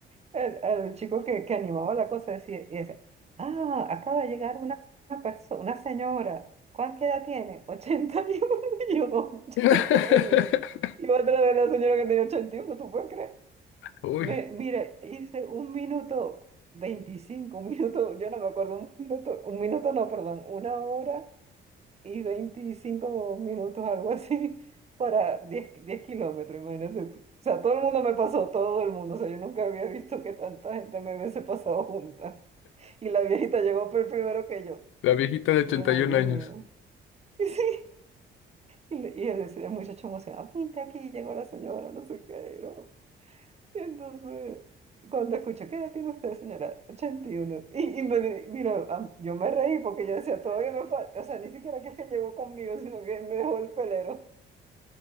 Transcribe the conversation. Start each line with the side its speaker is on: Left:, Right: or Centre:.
Right: El, el chico que, que animaba la cosa decía, y decía, ah, acaba de llegar una, persona, una señora, ¿cuánta edad tiene? ochenta Y uno. <laughs> Y yo, no, muchacha,
Left: <laughs>
Right: yo voy, voy". Y otra de la señora que tenía ochenta y uno ¿tú puedes creer?
Left: Uy,
Right: Me, mira, hice un minuto 25 un minuto, yo no me acuerdo, un minuto, un minuto no, perdón, una hora y veinticinco minutos, algo así, <laughs> para diez 10 kilómetros, imagínate tú. O sea, todo el mundo me pasó, todo el mundo. O sea, yo nunca había visto que tanta gente me hubiese pasado junta. Y la viejita llegó pr- primero que yo.
Left: la viejita de 81
Right: Y yo, ay, Dios
Left: años.
Right: mío. <laughs> Y sí, y le- y él decía, el muchacho emocionado, mira aquí, llegó la señora, no sé qué, ¿no? Y entonces, y cuando escuché, ¿qué edad tiene usted, señora? 81. Y, uno. y y me, di- mira, a- yo me reí porque yo decía, todavía me falta, o sea, ni siquiera que es que llegó conmigo, sino que me dejó el pelero.